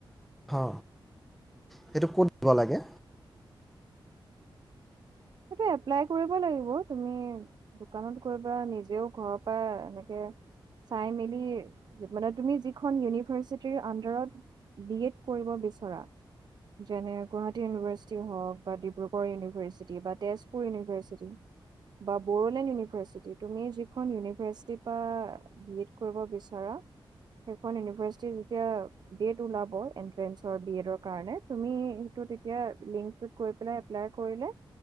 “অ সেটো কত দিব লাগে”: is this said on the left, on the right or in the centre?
Centre